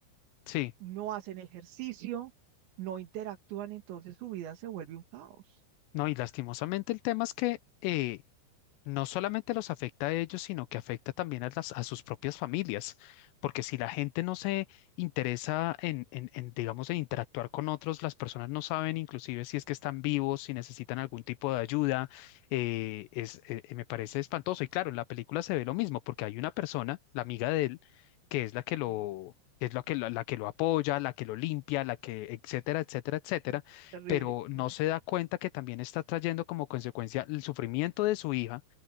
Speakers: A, on the left; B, on the right.
A: sí.
B: no hacen ejercicio, no interactúan, entonces su vida se vuelve un caos.
A: No, y lastimosamente el tema es que eh, no solamente los afecta a ellos, sino que afecta también a las, a sus propias familias, porque si la gente no se interesa en, en, en, digamos, en interactuar con otros, las personas no saben inclusive si es que están vivos, si necesitan algún tipo de ayuda, eh, es, eh, eh, me parece espantoso. Y claro, en la película se ve lo mismo, porque hay una persona, la amiga de él, que es la que lo...
B: Sí,
A: que Es la que, lo- la que lo apoya, la que lo limpia, la que, etcétera, etcétera, etcétera
B: es es terrible.
A: pero no
B: Mm.
A: se da cuenta que también está trayendo como consecuencia el sufrimiento de su hija,